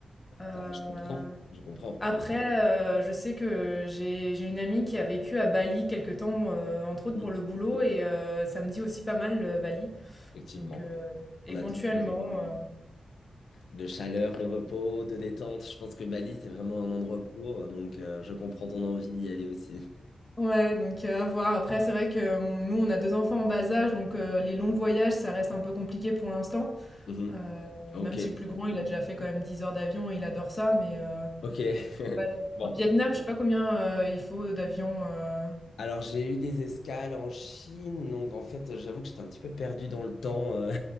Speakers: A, on the left; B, on the left.
A: Euh,
B: Bah, je comprends, je comprends.
A: Après, heu, je sais que j'ai j'ai une amie qui a vécu à Bali quelque temps, heu, entre autres
B: Oui,
A: pour le boulot et heu, ça me dit aussi pas mal, heu, Bali.
B: effectivement.
A: Donc heu, éventuellement,
B: On a tous besoin de,
A: heu
B: de chaleur, de repos, de détente. Je pense que Bali, c'est vraiment un endroit pour, donc euh, je comprends ton envie d'y aller aussi.
A: ouais, donc heu, à voir. Après, c'est vrai que, hem, nous, on a 2 enfants en bas âge, donc heu, les longs voyages, ça reste un peu compliqué pour l'instant.
B: Mhm.
A: Heu,
B: Ok,
A: même si le plus grand, il a déjà fait quand même dix heures d'avion et il adore ça, mais heu,
B: ok.
A: pour
B: <laughs>
A: Bali pour
B: Bon.
A: le Vietnam, je sais pas combien, heu, il faut d'avions, heu
B: Alors, j'ai eu des escales en Chine, donc en fait, j'avoue que j'étais un petit peu perdu dans le temps. euh,